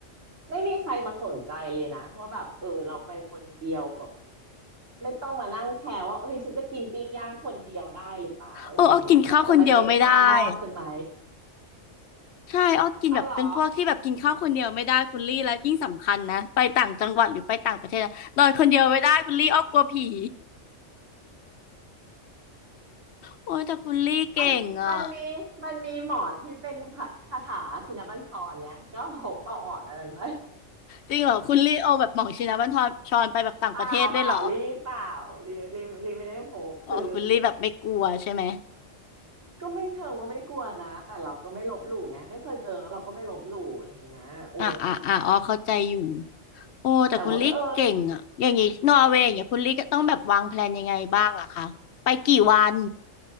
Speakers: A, on the right; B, on the left.
A: ไม่มีใครมาสนใจเลยนะว่าแบบเออเราไปคนเดียวแบบไม่ต้องมานั่งแคร์ว่าเอ้ยฉันจะกินปิ้งย่างคนเดียวได้หรือเปล่าอะไรอย่างเงี้ยแบบจะมาเก็บค่าหม้อฉันไหม
B: เอออ้อกินข้าวคนเดียวไม่ได้อะใช่อ้อกินแบบเป็นพวกที่แบบกินข้าวคนเดียวไม่ได้คุณลี่แล้วยิ่งสำคัญนะไปต่างจังหวัดหรือไปต่างประเทศนะนอนคนเดียวไม่ได้คุณลี่อ้อกลัวผี
A: เอาเหรอ
B: <laughs> โอ้ยแต่คุณลี่เก่งอ่ะ
A: มันมันมีมันมีหมอนที่เป็นพระคาถาชินบัญชรไงก็พกปอกหมอนอันนั้นไป
B: จริงเหรอคุณลี่เอาแบบหม่องชินบัญชรชรไปแบบต่างประเทศด้วยเหรอ
A: เปล่าเปล่ารีเปล่ารีรีรีไม่ได้พกคือ
B: อ๋อคุณลี่แบบไม่กลัวใช่ไหม
A: ก็ไม่เชิงว่าไม่กลัวนะแต่เราก็ไม่ลบหลู่ไงไม่เคยเจอเราก็ไม่ลบหลู่อะไรอย่างเงี้ยโอ้
B: อ่าอ่าอ่าอ๋อเข้าใจอยู่โอ้แต่คุณลี่เก่งอ่ะอย่างงี้นอร์เวย์อย่างเงี้ยคุณลี่ก็ต้องแบบวางแพลนยังไงบ้างอะคะไปกี่วัน
A: แต่ว่าก็เออ